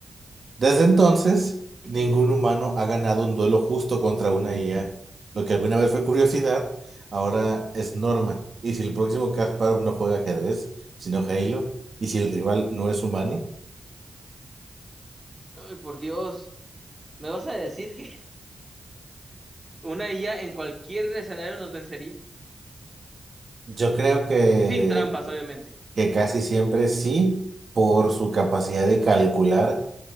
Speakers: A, on the right; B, on the right.
A: Desde entonces,
B: <laughs>
A: ningún
B: ujú.
A: humano ha ganado un duelo justo contra una IA. Lo que alguna vez fue curiosidad, ahora es norma. ¿Y si el próximo Kasparov no juega ajedrez, sino Halo? ¿Y si el rival no es humano?
B: Ay, por Dios. ¿Me vas a decir que <laughs> una IA en cualquier escenario nos vencería?
A: Yo creo que,
B: Sin trampas, obviamente.
A: que casi siempre sí, por su capacidad de calcular